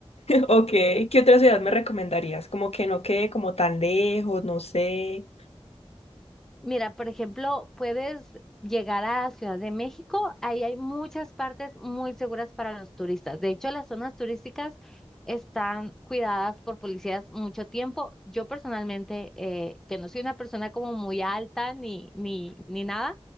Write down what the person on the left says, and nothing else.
ok. ¿Qué otra ciudad me recomendarías? Como que no quede como tan lejos, no sé.